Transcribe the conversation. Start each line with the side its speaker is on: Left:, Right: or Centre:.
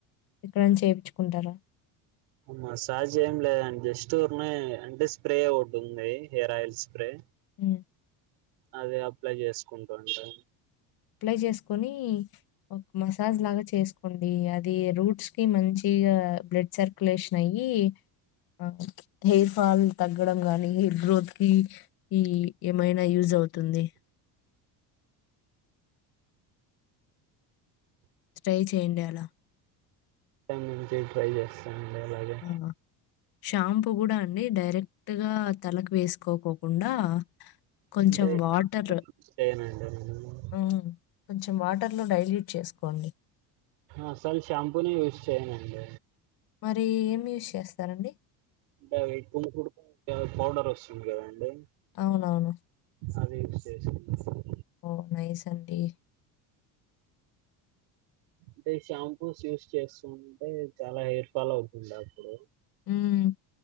Left: ఎక్కడన్నా చేపిచుకుంటారా <inaudible>
Right: మసాజ్ ఏం లేదండి జస్ట్ ఊరికినే అంటే స్ప్రే ఒకటి ఉంది హెయిర్ ఆయిల్ స్ప్రే
Left: ఉమ్
Right: అది అప్లై చేసుకుంట ఉంటా
Left: అప్లై చేసుకొని ఒ మసాజ్ లాగా చేసుకోండి అది రూట్స్ కి మంచిగా బ్లడ్ సర్క్ లేషన్ అయ్యి ఆ హెయిర్ ఫాల్ తగ్గడం గానీ హెయిర్ గ్రోత్ కి ఈ ఏమైనా యూజ్ అవుతుంది ట్రై చేయండి అలా
Right: రేపటి నుంచి ట్రై చేస్తానండి అలాగే
Left: ఆ! షాంపూ కూడా అండి డైరెక్ట్గా తలకు వేసుకోకుండా కొంచెం
Right: అంటే
Left: వాటర్
Right: చేయనండి నేను
Left: ఆ కొంచెం వాటర్ లో డలి చేసుకోండి
Right: అసలు షాంపూనే యూజ్ చేయ్యనండి
Left: మరి ఏం యూస్ చేస్తారండి
Right: అంటే అ <unintelligible> పౌడర్ వస్తుంది కదాండి
Left: అవునవును
Right: అదే యూస్ చేస్తున్నాను
Left: ఓ నైస్ అండి
Right: అంటే ఈ షాంపూస్ యూస్ చేస్తుంటే చాలా హెయిర్ ఫాల్ అవుతుంది అప్పుడు
Left: ఉమ్